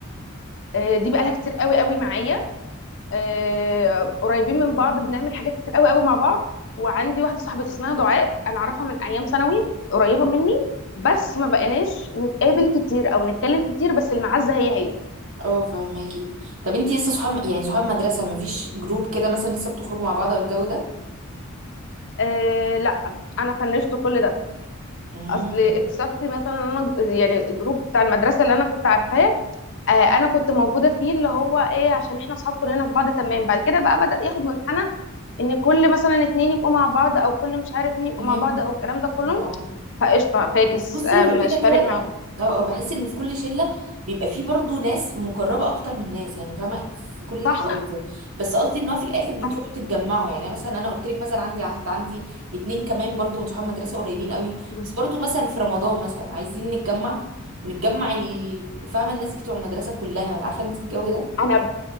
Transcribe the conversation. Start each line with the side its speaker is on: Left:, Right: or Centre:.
Left: آه دي بقالها كتير قوي قوي معايا آه، قريبين من بعض بنعمل حاجات كتير قوي قوي مع بعض وعندي واحده صاحبتي اسمها دعاء انا اعرفها من ايام ثانوي قريبه مني بس ما بقيناش نتقابل كتير او نتكلم كتير بس المعزه هي هي
Right: اه فهماكي طب انتي لسه صحاب يعني صحاب مدرسة مفيش جروب كده مثلا لسه بتخرجوا مع بعض او الجو ده
Left: أه لا انا فنشت كل ده
Right: امم
Left: اصل اكتشفت مثلا إن انا يعني الجروب بتاع المدرسه اللي انا كنت عارفاه أه انا كنت موجوده فيه اللي هو ايه عشان احنا اصحاب كلنا في بعض تمام بعد كده بقى بدأ ياخد منحنى ان كل مثلا اتنين يبقوا مع بعض او كل مش عارف مين يبقوا
Right: فهمت
Left: مع بعض او الكلام ده كله
Right: اه اه
Left: فقشطة فاكس
Right: بس بصي
Left: آه،
Right: هو
Left: مش
Right: كده كده
Left: فارق
Right: ب...
Left: معايا
Right: اه اه بحس ان في كل شلة بيبقى فيه برضو ناس مقربة اكتر من ناس يعني فاهمة في كل الحالات
Left: صح
Right: يعني بس قصدي ان هو في الاخر بتروحوا
Left: صح.
Right: تتجمعوا يعني مثلا انا قلت لك مثلا عندي عهد عندي اتنين كمان برضو من صحاب مدرسة قريبين قوي
Left: مم.
Right: بس برضو مثلا في رمضان مثلا عايزين نتجمع بنتجمع ال- فاهمة الناس بتوع المدرسة كلها عارفة انت الجو ده
Left: انا